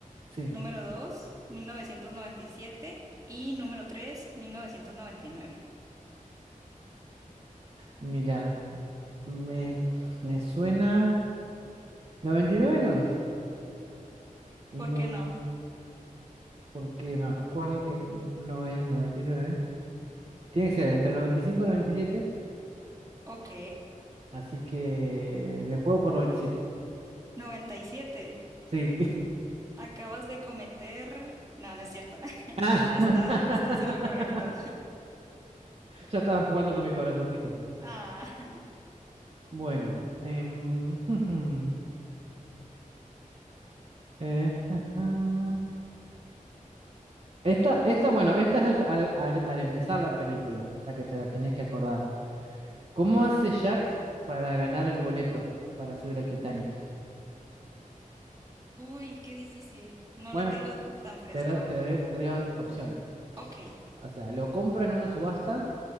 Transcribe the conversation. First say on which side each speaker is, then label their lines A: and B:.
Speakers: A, on the right (about 45°); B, on the right (about 25°).
A: Sí,
B: Número dos, mil novecientos noventa Y siete. Y número tres, mil novecientos noventa y nueve.
A: mira, me, me suena. 99 no es. Y
B: ¿Por
A: 90
B: qué no?
A: porque me acuerdo que no es noventa y nueve Tiene que ser entre noventa y cinco y noventa y siete
B: Ok,
A: así que me juego por noventa y siete
B: 97.
A: Sí. <laughs>
B: Acabas de cometer... No, no es cierto. <laughs>
A: Ah,
B: Estás,
A: <laughs>
B: estás en lo correcto.
A: ya estaba jugando con mi corazoncito.
B: Ah, <laughs>
A: Bueno, em, <laughs> eh, <laughs> esta, esta, bueno, esta es al, al- al- al empezar la película, o sea que te la tenés que acordar. ¿Cómo hace Jack para ganar el boleto para subir al Titanic?
B: uy, qué difícil. No
A: Bueno,
B: lo tengo tan fresco
A: te doy,
B: ahora.
A: te doy- te doy opciones.
B: Ok,
A: O sea, lo compra en una subasta,